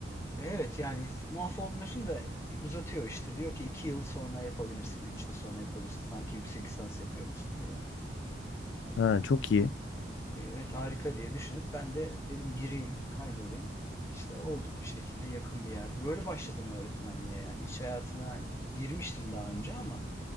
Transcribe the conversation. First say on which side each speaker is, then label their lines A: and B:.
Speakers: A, on the left; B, on the left.
A: Evet yani muaf olmuyorsun da uzatıyor işte. Diyor ki iki yıl sonra yapabilirsin, üç yıl sonra yapabilirsin. Sanki yüksek lisans yapıyormuşsun gibi.
B: Ha, çok iyi.
A: Evet harika diye düşünüp ben de dedim gireyim kaydolayım. İşte olduk bir şekilde yakın bir yerde. Böyle başladım öğretmenliğe yani iş hayatına hani girmiştim daha önce ama